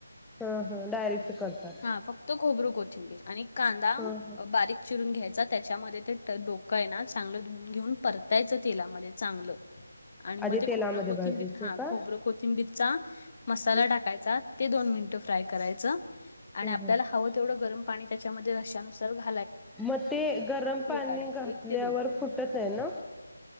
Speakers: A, in the centre; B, on the left.
A: हा हा डायरेक्ट करतात.
B: हा फक्त खोबरं कोथिंबीर आणि कांदा
A: हा हा
B: बारीक चिर घ्यायचा त्याच्यामध्ये ते डोकं आहे ना चांगलं धुून घेऊन परतायचं तेलामध्ये चांगलं. आणि मग
A: आधी
B: ते
A: तेलामध्ये
B: खोबरं कोथिंबीर
A: भाजायचे
B: हा
A: का?
B: खोबरं कोथिंबीर. चा. मसाला
A: हम्म
B: टाकायचा. ते दोन मिनिटं फ्राय करायचं. आणि आपल्याला
A: हम्म
B: हवं तेवढं गरम. पाणी त्याच्यामध्ये रस्यानुसार घाल.
A: म ते गरम पाणी
B: काढायची
A: घातल्यावर,
B: एक ते दोन
A: फुटत नाही ना?